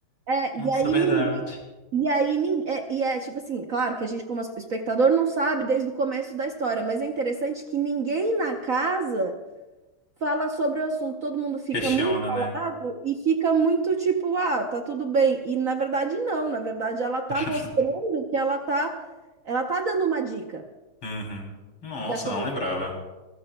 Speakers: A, on the right; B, on the left.
A: É,
B: Nossa,
A: e aí
B: é verdade.
A: ninguém, e aí ninguém, é, e é tipo assim, claro que a gente como espectador não sabe desde o começo da história, mas é interessante que ninguém na casa fala sobre o assunto, todo mundo fica
B: Questiona,
A: muito calado
B: né?
A: e fica muito tipo, ah, tá tudo bem. E na verdade não, na verdade ela tá
B: <laughs>
A: mostrando que ela tá ela tá dando uma dica
B: Uhum. Nossa,
A: da coisa.
B: não lembrava.